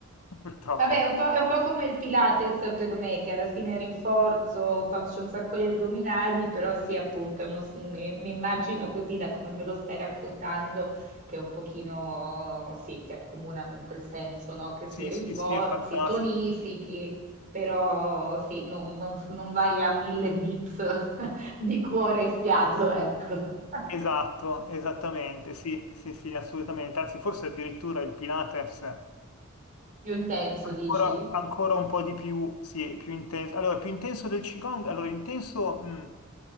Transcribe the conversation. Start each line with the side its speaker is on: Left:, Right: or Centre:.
Left: <laughs> purtroppo.
Right: Vabbè, è un po', è un po' come il Pilates per me, che alla fine rinforzo, faccio un sacco di addominali, però sì, appunto, è uno s- mi, mi immagino così da come me lo stai raccontando, che un pochino, sì, si accomunano in quel senso, no? Che si
Left: Sì,
Right: rinforzi,
Left: sì, sì, è fantastico.
Right: tonifichi, però sì, non, non- non vai a mille beats <laughs> di cuore e fiato, ecco. <laughs>
Left: Esatto, esattamente, sì, sì, sì, assolutamente. Anzi, forse addirittura il Pilates
Right: Più intenso,
Left: ancora,
Right: dici?
Left: ancora un po' di più, sì, è più intenso. Allora, più intenso del Qigong? Allora, intenso, mh,